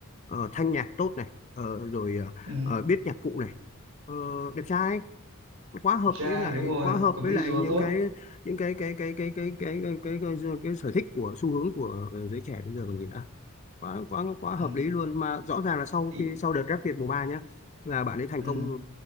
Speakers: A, on the left; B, on the right.
A: ờ, thanh nhạc tốt này ờ, rồi ờ,
B: ừ
A: ờ, biết nhạc cụ này Ờ, đẹp trai quá hợp
B: Đẹp trai
A: với lại
B: đúng rồi
A: quá hợp
B: có
A: với
B: visual
A: lại những
B: tốt
A: cái những cái cái cái cái cái cái cái cái, cái, cái sở thích của xu hướng của giới trẻ bây giờ còn gì nữa quá quá quá
B: ừ
A: hợp lý luôn mà rõ ràng là sau
B: thì
A: khi sau đợt Rap Việt mùa 3 nhá là bạn ấy thành
B: ừ
A: công